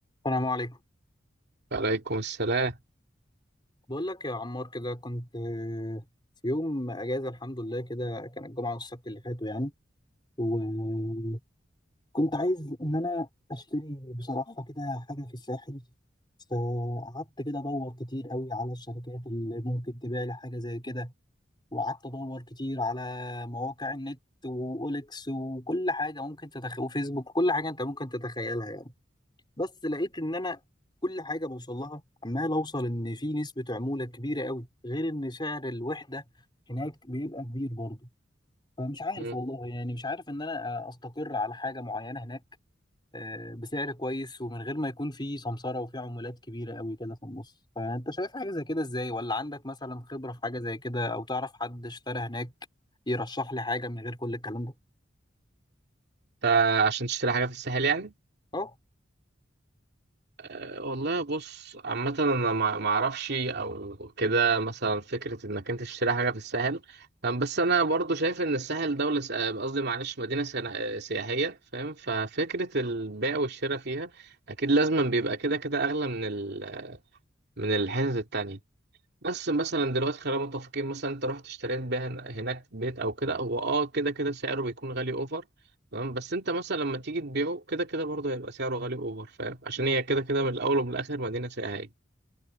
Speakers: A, on the left; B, on the right.
A: السلام عليكم
B: وعليكم السلام
A: بقول لك يا عمار كده كنت آه، في يوم اجازه الحمد لله كده كان الجمعه والسبت اللي فاتوا يعني وكنت عايز ان انا اشتري بصراحه كده حاجه في الساحل فقعدت كده ادور كتير قوي على الشركات اللي ممكن تبيع لي حاجه زي كده وقعدت ادور كتير على مواقع النت واوليكس وكل حاجه ممكن تتخيل وفيسبوك وكل حاجه انت ممكن تتخيلها يعني بس لقيت ان انا كل حاجه بوصل لها عمال اوصل ان في نسبه عموله كبيره قوي غير ان سعر الوحده هناك بيبقى كبير برضه فمش عارف
B: مم.
A: والله يعني مش عارف ان انا استقر على حاجه معينه هناك آه، بسعر كويس ومن غير ما يكون في سمسره وفي عمولات كبيره قوي كده في النص فانت شايف حاجه زي كده ازاي ولا عندك مثلا خبره في حاجه زي كده او تعرف حد اشترى هناك يرشح لي حاجه من غير كل الكلام ده
B: انت عشان تشتري حاجة في الساحل يعني
A: اه
B: أه، والله بص عامة انا ما ما اعرفش او كده مثلا فكرة انك انت تشتري حاجة في الساحل أم، بس انا برضو شايف ان الساحل دولة س- أه، قصدي معلش مدينة سنا- آه، سياحية فاهم ففكرة البيع والشراء فيها اكيد لازم بيبقى كده كده اغلى من ال... من الحتت التانية بس مثلا دلوقتي خلينا متفقين مثلا انت رحت اشتريت بيها هناك بيت او كده هو اه كده كده سعره بيكون غالي اوفر تمام بس انت مثلا لما تيجي تبيعه كده كده برضه هيبقى سعره غالي اوفر فاهم عشان هي كده كده من الاول ومن الاخر مدينة سياحية